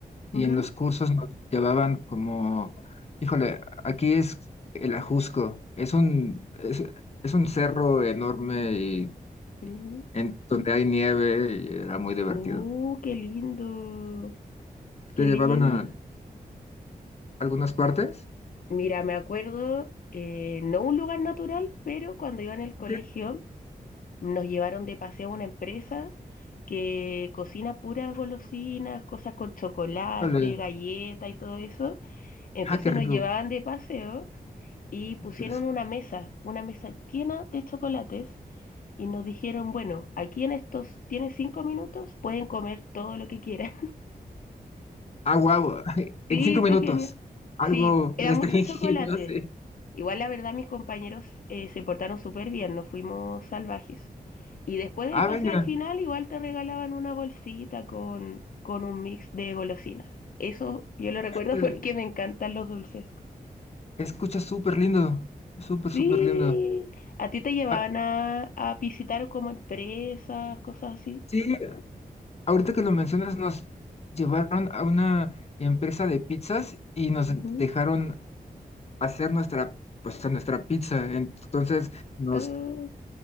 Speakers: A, on the left; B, on the left.
A: y
B: Ujú,
A: en los cursos nos llevaban como, híjole, aquí es el Ajusco, es un, es, es un cerro enorme y
B: ujú.
A: en donde hay nieve y era muy divertido.
B: Uh, qué lindo, qué
A: ¿Te llevaban
B: linda.
A: a algunas partes?
B: Mira, me acuerdo, eh, no un lugar natural, pero cuando iba en el colegio
A: Ok,
B: nos llevaron de paseo a una empresa que cocina puras golosinas, cosas con chocolate,
A: Vale.
B: galleta y todo eso. Entonces
A: Ah, qué rico.
B: nos llevaban de paseo y pusieron
A: Interesante.
B: una mesa, una mesa llena de chocolates y nos dijeron, bueno, aquí en estos, tienen cinco minutos, pueden comer todo lo que quieran.
A: Ah, wow. <laughs>
B: Sí,
A: En cinco minutos.
B: fue genial.
A: Algo
B: Sí, era
A: <laughs> restringido,
B: mucho chocolate.
A: sí.
B: Igual la verdad mis compañeros eh, se portaron súper bien, no fuimos salvajes. Y después del
A: Ah,
B: paseo
A: venga.
B: al final igual te regalaban una bolsita con, con un mix de golosinas. Eso yo lo recuerdo
A: Eh,
B: <laughs> porque me encantan los dulces.
A: Escucha súper lindo. Súper,
B: Sí,
A: súper lindo.
B: a ti te llevaban
A: Ah,
B: a, a visitar como empresas, cosas así.
A: sí, ahorita que lo mencionas, nos llevaron a una empresa de pizzas y nos
B: Ujú.
A: dejaron hacer nuestra, pues, a nuestra pizza. Entonces nos
B: Ah,